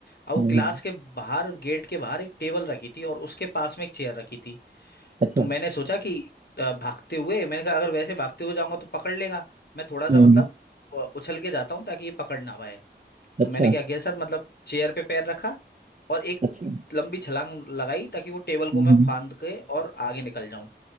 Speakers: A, on the left; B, on the right.
A: अब वो
B: हम्म
A: क्लास के बाहर गेट के बाहर एक टेबल रखी थी और उसके पास में एक चेयर रखी थी
B: अच्छा
A: तो मैंने सोचा कि अ, भागते हुए मैंने कहा अगर वैसे भागते हुए जाऊंगा तो पकड़ लेगा मैं थोड़ा सा
B: हम्म
A: मतलब अ, उछल के जाता हूँ ताकि ये पकड़ ना पाए
B: अच्छा
A: तो मैंने क्या किया सर मतलब चेयर पे पैर रखा और एक
B: अच्छा
A: लंबी छलांग लगाई ताकि वो टेबल को
B: हम्म
A: मैं फांद के और आगे निकल जाऊं